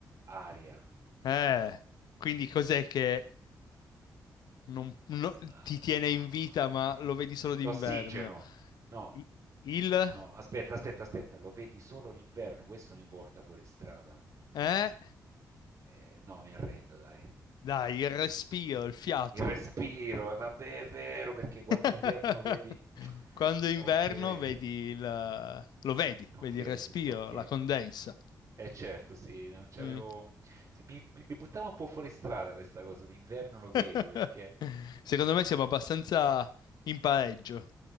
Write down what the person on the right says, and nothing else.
Aria.
Allora,
it-
L'ossigeno. No.
No, aspetta, aspetta, aspetta. Lo vedi solo l'inverno. Questo mi porta fuori strada.
Eh, no, mi arrendo, dai.
Il respiro, e vabbè, è vero, perché quando
è inverno vedi...
Ok,
ok,
ok.
Eh certo, sì, non c'avevo...
sì, mi, mi, mi buttavo un po' fuori strada questa cosa, d'inverno lo vedi,
perché...